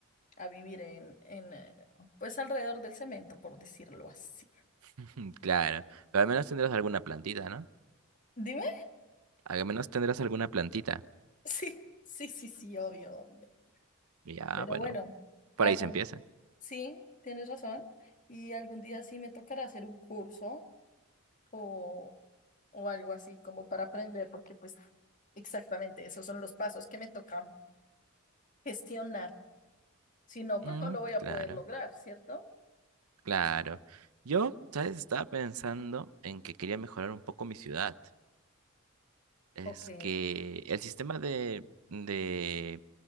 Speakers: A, on the left; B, on the right.
A: a vivir en, en, eh, pues alrededor del cemento, por decirlo así.
B: <laughs> Claro. Pero al menos tendrás alguna plantita, ¿no?
A: Dime.
B: Al menos tendrás alguna plantita.
A: Sí, sí, sí, sí, obvio, obvio.
B: Ya,
A: Pero
B: bueno,
A: bueno,
B: por
A: algún,
B: ahí se empieza.
A: sí, tienes razón. Y algún día sí me tocará hacer un curso o, o algo así como para aprender, porque pues exactamente esos son los pasos que me tocan gestionar. Si no, pues
B: Mm,
A: no lo voy a
B: claro.
A: poder lograr, ¿cierto?
B: Claro. Yo, ¿sabes? Estaba pensando en que quería mejorar un poco mi ciudad. Es
A: Ok.
B: que el sistema de, de,